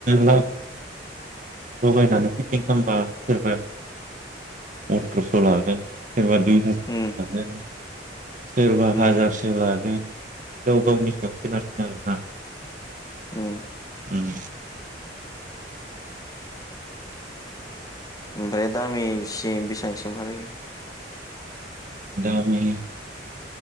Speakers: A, on the right (about 45°); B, on the left (about 20°).
A: लगायनानै फिटिं खालामबा सोरबा बिदिनो अथ्रस' लागोन। सोरबा दुइ हाजार
B: उम
A: होलांगोन। सोरबा
B: उम
A: हाजारसे लागोन बे गाव गावनि सायाव सोनारसिन आरोना।
B: उम
A: उम
B: ओमफ्राय दामिसिम बेसिबांसिमहै?
A: दामि